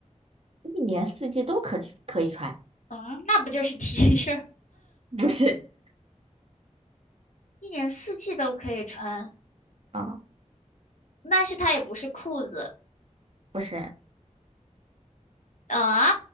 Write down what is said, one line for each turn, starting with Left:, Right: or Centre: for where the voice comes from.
Right: 一年四季都可可以穿，
Left: 嗯，那不就是 T <laughs> 恤，
Right: 不是。
Left: 一年四季都可以穿。
Right: 啊，
Left: 但是它也不是裤子
Right: 不是，
Left: 啊，